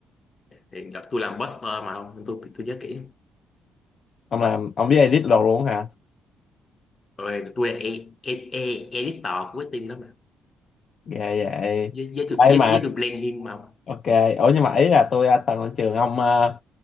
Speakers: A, on the left; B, on the left.
A: thì đợt tôi làm poster mà không nên tôi tôi nhớ kỹ
B: ông làm ông biết edit đồ luôn hả
A: rồi tôi là e, e, e, editor của cái team đó mà
B: ghê vậy
A: với với tôi
B: ấy
A: với,
B: mà
A: với tôi planning mà
B: ok ủa nhưng mà ý là tôi à, từng lên trường ông à,